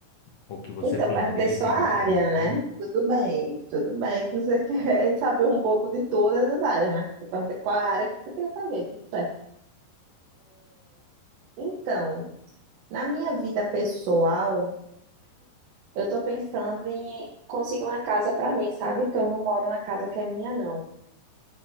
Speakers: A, on the left (about 85°); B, on the right (about 75°).
A: ou que você
B: Então,
A: planeja
B: perguntei só
A: que
B: a
A: gostaria.
B: área, né? Tudo bem, tudo bem que você <laughs> quer saber um pouco de todas as áreas, né? Eu perguntei qual a área que você queria saber, tudo certo. Então, na minha vida pessoal, Eu tô pensando em conseguir uma casa pra mim, sabe? Que eu não moro na casa que é minha, não.